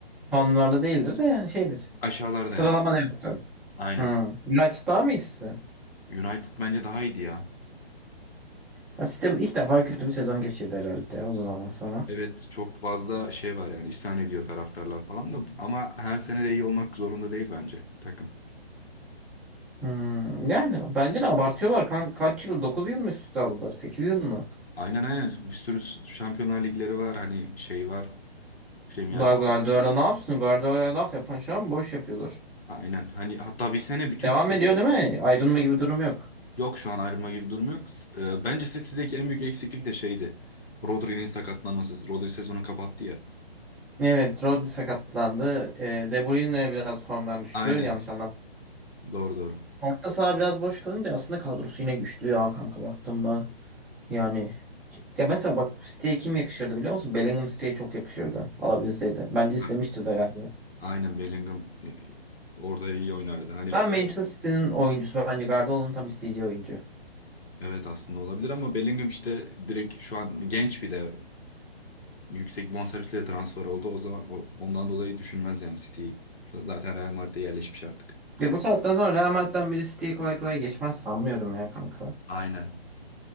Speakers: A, in the centre; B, on the left.
A: Puanlarda değildir de yani şeydir.
B: Aşağılarda
A: Sıralama
B: yani.
A: da yoktur.
B: Aynen.
A: Hı. United daha mı iyisi?
B: United bence daha iyiydi ya.
A: Ha, sistem ilk defa kötü bir sezon geçirdi herhalde uzun zaman sonra.
B: Evet çok fazla şey var yani isyan ediyor taraftarlar falan da ama her sene de iyi olmak zorunda değil bence takım.
A: Hmm, yani bence de abartıyorlar kanka. Kaç yıl? dokuz yıl mı üst üste aldılar? 8 yıl mı?
B: Aynen aynen bir sürü Şampiyonlar Ligleri var hani şey var Premier
A: Daha
B: Ligleri.
A: Guardiola ne yapsın? Guardiola laf yapan şu an boş yapıyordur.
B: Aynen hani hatta bir sene bütün
A: Devam
B: kupaları.
A: ediyor değil mi? Ayrılma gibi durum yok.
B: Yok şu an ayrılma gibi bir durum yok. S- e, Bence City'deki en büyük eksiklik de şeydi. Rodri'nin sakatlanması. Rodri sezonu kapattı ya.
A: Evet, Rodri sakatlandı. E, De Bruyne biraz formdan düştü.
B: Aynen.
A: Yanlış anlamadım.
B: Doğru doğru.
A: Orta saha biraz boş kalınca aslında kadrosu yine güçlü ya kanka baktın mı? Yani ya mesela bak City'ye kim yakışırdı biliyor musun? Bellingham City'ye çok yakışırdı alabilseydi. Bence istemişti
B: Ha,
A: de galiba.
B: Aynen Bellingham e, orada iyi oynardı. Hani
A: Ben Manchester City'nin oyuncusu bence Guardiola'nın tam isteyeceği oyuncu.
B: evet aslında olabilir ama Bellingham işte direkt şu an genç bir de yüksek bonservisle transfer oldu. O zaman o- ondan dolayı düşünmez yani City'yi. Zaten Real Madrid'e yerleşmiş artık.
A: Ya bu saatten sonra Real Madrid'den biri City'yi kolay kolay geçmez sanmıyorum ya kanka.
B: Aynen.